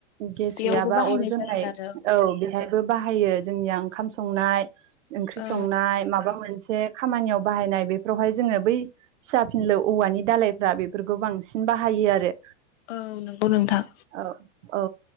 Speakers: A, on the right (about 80°); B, on the left (about 60°).
A: गेस
B: बेयावबो
A: गैयाबा
B: बाहायनाय
A: अर फोजोंननाय
B: जायो आरो
A: औ बेहायबो बाहायो जोंनिया ओंखाम संनाय ओंख्रि
B: औ
A: संनाय माबा मोनसे खामानियाव बाहायनाय बेफोरावहाय जोङो बै फिसा फिनलु औवानि दालायफ्रा बेफोरखौ बांसिन बाहायो आरो
B: औ नंगौ नोंथां।
A: औ औ